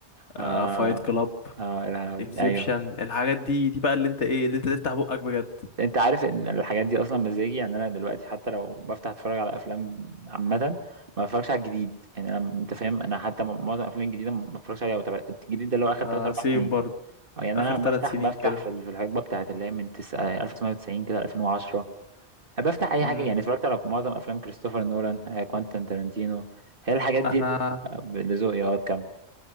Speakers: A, on the left (about 80°); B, on the right (about 50°).
A: آه،
B: اه
A: فايت كلاب
B: اه الهوا
A: انسبشن
B: دي ايوه
A: الحاجات دي دي بقى اللي انت ايه اللي انت تفتح بقك بجد
B: انت عارف ان الحاجات دي اصلا مزاجي يعني انا دلوقتي حتى لو بفتح اتفرج على افلام عامه ما بتفرجش على الجديد يعني انا انت فاهم انا حتى م- معظم الافلام الجديده ما بتفرجش عليها وتابع الجديد ده اللي هو اخر
A: آه
B: 3 4
A: سيم
B: سنين
A: برضو
B: اه يعني
A: اخر
B: انا بفتح
A: ثلاث سنين
B: بفتح
A: كده
B: في ال- في الحقبه بتاعت اللي هي من تس- آه، 1990 كده 2010 بفتح اي
A: امم
B: حاجه يعني اتفرجت على معظم افلام كريستوفر نولان آه، كوانتين تارانتينو هي الحاجات دي
A: انا
B: اللي آه، اللي ذوقي اه كام